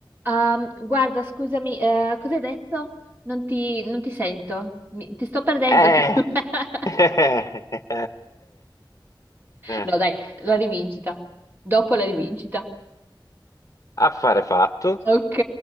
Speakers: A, on the right; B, on the left.
A: Um, guarda, scusami, eh, cosa hai detto? Non ti, non ti sento. Mi- ti sto perdendo.
B: Eh.
A: ti sto- <laughs>
B: <laughs> Eh.
A: No, dai, la rivincita. Dopo la rivincita.
B: Affare fatto.
A: Ok.